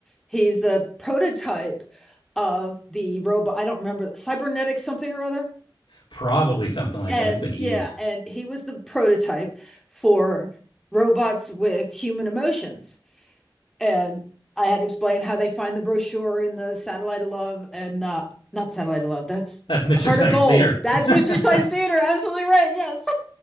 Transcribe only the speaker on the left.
Probably something like
that. It's been years.
That's Mystery
Science
Theater.
<laughs>